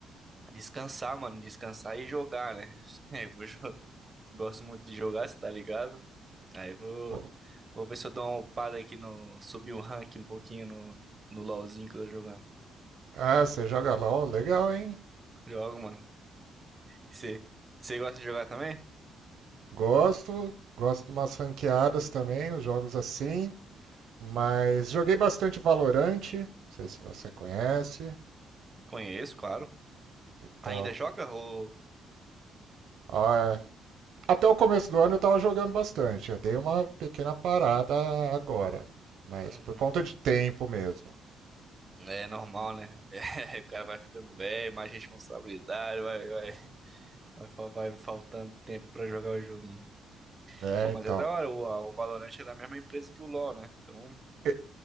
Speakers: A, on the right; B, on the right.
A: Descansar, mano. Descansar e jogar, né? <laughs> É, eu vou jo- gosto muito de jogar, você tá ligado? Aí vou,
B: Pô,
A: vou ver se eu dou uma upada aqui no. Subir o rank um pouquinho no, no LOLzinho que eu tô jogando.
B: Ah, você joga LOL, legal, hein?
A: Jogo, mano. Você, você gosta de jogar também?
B: Gosto, gosto de umas ranqueadas também, os jogos assim. Mas joguei bastante Valorante, não sei se você conhece.
A: Conheço, claro.
B: Então,
A: Ainda joga ou...
B: ah, Até o começo do ano eu tava jogando bastante. Eu dei uma pequena parada agora. Mas
A: Uhum.
B: por conta de tempo mesmo.
A: É normal, né? <laughs> o cara vai ficando velho, mais responsabilidade, vai, vai, vai, fal- vai faltando tempo pra jogar o joguinho.
B: né?
A: Pô, mas
B: então.
A: é da hora, o, a- o Valorant é da mesma empresa que o LoL, né? Então,
B: E-